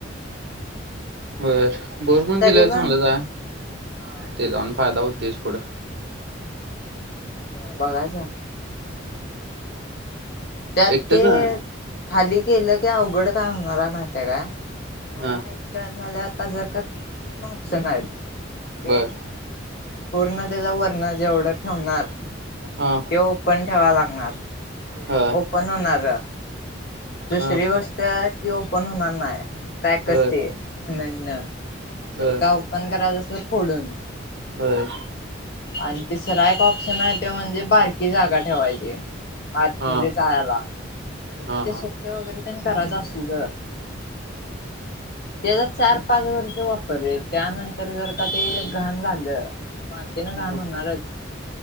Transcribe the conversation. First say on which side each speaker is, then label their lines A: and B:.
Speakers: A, on the right; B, on the left.
A: बर भरपुुर
B: तरी
A: केलेला
B: पण
A: चांगलंचय
B: हा
A: ते जाऊन फायदा होत. छतीसपर <unintelligible>
B: हो बघायच. त्यात
A: एकटंच
B: ते
A: आहे?
B: खाली केलं की अवघड काय होणार माहित का मला
A: हां.
B: एक प्रळन झाले आता जर का तीन ऑपशन आहेत
A: बर.
B: एक कोर्ण त्याचा वर्ण जेवढं ठेवणार ते
A: हां.
B: ओपन ठेवा लागणार म्हणजे
A: हां.
B: ओपन होणार दुसरी
A: हां.
B: गोष्ट की ओपन होणार नाही पॅक कसते
A: बर.
B: सिमेंट न
A: बर.
B: जर का ओपन करायचं असेल डून
A: बर.
B: आणि तिसरा एक ऑप्शन आहे ते म्हणजे बारकी जागा ठेवायची आतमध्ये
A: हां.
B: जायला जरी
A: हां,
B: ते
A: हां.
B: स्वच्छ वगैरे कराच असू त्याचा चार पाच वर्ष वापरले त्यानंतर जर का ते घाण झालं मातीन घाण
A: हां.
B: होणारच